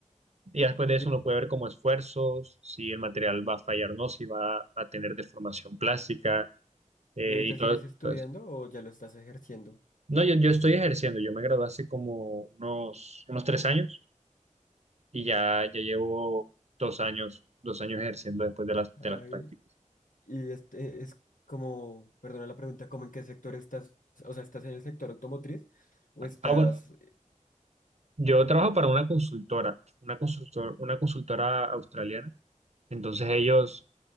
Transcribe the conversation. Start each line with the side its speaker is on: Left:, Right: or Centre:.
Right: Y ya después de
Left: ¿Y,
Right: eso uno puede ver como esfuerzos, si el material va a fallar o no, si va a tener deformación plástica eh,
Left: y ahorita
Right: y todo.
Left: sigues estudiando
Right: Entonces,
Left: o ya lo estás ejerciendo?
Right: no, yo, yo estoy ejerciendo, yo me gradué hace como unos, unos tres años y ya, ya llevo dos años, dos años ejerciendo después de las,
Left: Ay,
Right: de las prácticas.
Left: y este es como, perdona la pregunta, ¿cómo en qué sector estás? O sea, ¿estás en el sector automotriz o
Right: Ah,
Left: estás...
Right: ah, bueno, yo trabajo para una consultora, una consultor, una consultora australiana. Entonces ellos,